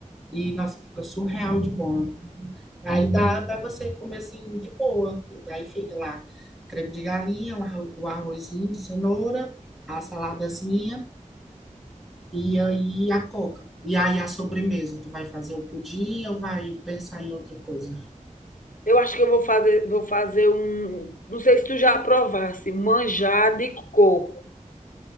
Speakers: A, in the centre; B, on the left (about 80°).
A: e, nossa, fica surreal de bom. Aí dá, dá você comer assim de boa. Aí fica lá creme de galinha, o arro- o arrozinho de cenoura, a saladazinha e aí a coca. E aí a sobremesa, tu vai fazer o pudim ou vai pensar em outra coisa?
B: Eu acho que eu vou fazer, vou fazer um. Não sei se tu já provasse, manjar de coco.